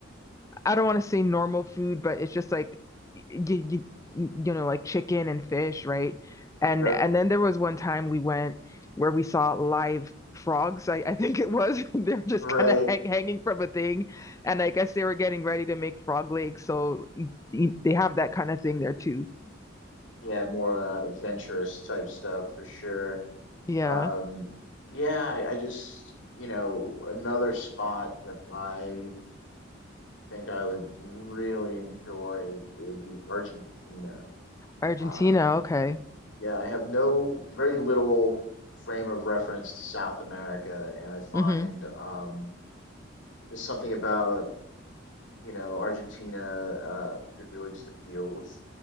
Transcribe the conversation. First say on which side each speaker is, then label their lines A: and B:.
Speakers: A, on the left (about 15°); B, on the left (about 65°).
A: I don't want to say normal food, but it's just like you, you you know like chicken and fish, right? And
B: Sure.
A: and
B: <laughs>
A: then there was one time we went where we saw live frogs. I, I think it was <laughs> they're just
B: Right.
A: kind of hang, hanging from a thing, and I guess they were getting ready to make frog legs, so y- y- they have that kind of thing there too.
B: Yeah, more uh, adventurous type stuff for sure.
A: Yeah,
B: Um, yeah, I, I just, you know, another spot that I think I would really enjoy would be Argentina.
A: Argentina.
B: Um,
A: Okay.
B: yeah, I have no, very little frame of reference to South America, and I find
A: Mm-hmm.
B: um, there's something about, you know, Argentina uh, that really just appeals